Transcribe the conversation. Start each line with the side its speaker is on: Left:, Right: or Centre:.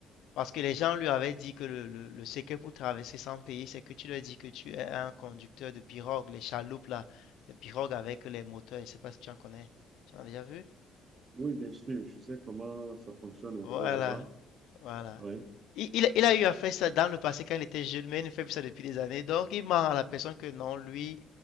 Left: parce que les gens lui avaient dit que le, le, le secret pour traverser sans payer, c'est que tu leur dis que tu es un conducteur de pirogue, les chaloupes là, les pirogues avec les moteurs, je sais pas si tu en connais. Tu en as déjà vu?
Right: Oui, bien sûr, je sais comment ça fonctionne un
Left: Voilà,
Right: peu là-bas.
Left: voilà.
Right: Ouais.
Left: Il, il- il a eu à faire ça dans le passé quand il était jeune, mais il ne fait plus ça depuis des années. Donc, il ment à la personne que non, lui,